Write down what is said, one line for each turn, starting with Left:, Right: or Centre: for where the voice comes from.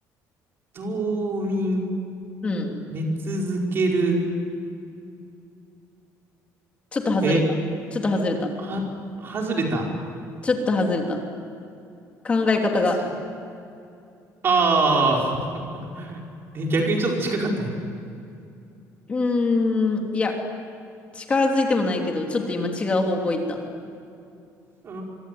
Right: 冬眠、
Left: うん。
Right: 寝続ける。
Left: ちょっと外れた。
Right: え
Left: ちょっと外れた。
Right: は、外れた。
Left: ちょっと外れた。考え方が。
Right: 外れ、ああ。<laughs> え逆にちょっと近かったね。
Left: うーん。いや、近づいてもないけど、ちょっと今違う方向行った。
Right: うー